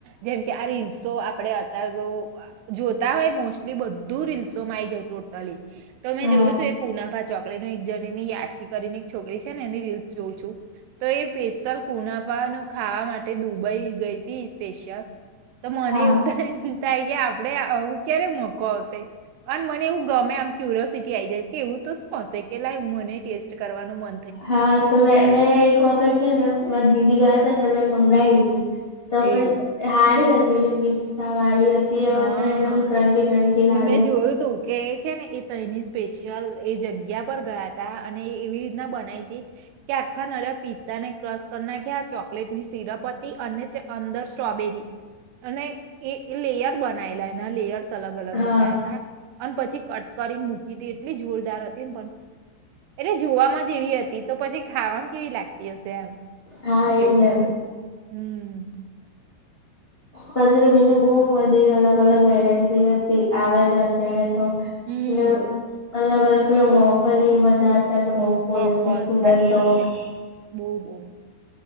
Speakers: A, on the right; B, on the left.
A: જેમ કે આ રીલ્સો આપણે અત્યારે તો જોતા હોય મોસ્ટલી બધું રીલ્સો મા આઈ જાય ટોટલી તો મેં
B: હા
A: જોયું હતું એક ઉનાફા ચોકલેટનું એક જણીની યાશિ છોકરી છે ને રીલ્સ જોઉં છું તો એ સ્પેશલ કુનાફા ખાવા માટે દુબઈ ગઈ સ્પેશિલ તો મને
B: હા.
A: એવું થયું ગયા આપડે આવું ક્યારે મોકો આવશે અને મને એવું ગમે આમ ક્યુરિસિટી આઈ જાય કે એવું તો શું હશે કે લાય મનેય ટેસ્ટ કરવાનું મ
B: હા તો મે મેં એક વખત છે ને મારા દીદી ગયા હતા ને તમે મંગાઈ હતી. તો
A: એવું
B: પણ હારી હ તુંલે પિસ્તાવાળી
A: હા
B: અંદર એકદમ ક્રન્ચી ક્રંચી લાગે.
A: ને મેં જોયું હતું કે છે ને એ તઈની સ્પેશિયલ એ જગ્યા પર ગયા તત અને એ એવી રીતના બનાઈ હતી કે આખા નર્યા પિસ્તા ને ક્રશ કરી નાખ્યા ચોકલેટની સિરપ હતી અને અંદર સ્ટ્રોબેરી અને એ એ લેયર બનાયેલા એના લેયરસ અલગ અલગ
B: હા.
A: બનાયાતા અને પછી કટ કરીને મૂકી તી એટલી જોરદાર હતી ને પણ. એટલે જોવામાં જેવી હતી તો પછી ખાવામાં કેવી લાગતી હશે એમ.
B: હા એજ
A: એવું
B: ને
A: થતું હતું. હમ્મ.
B: પછી તો બીજું બઉ વધે અલગ અલગ વેરાયટી હતી આવે છે અત્યારે તો
A: હમ
B: એલે અલગ અલગ. <unintelligible> ત્યારે તો બઉ કોલેજ
A: બફોલ
B: હોસ્ટેલ
A: સાચી
B: બંદ પડે.
A: વાત છે બહુ બહુ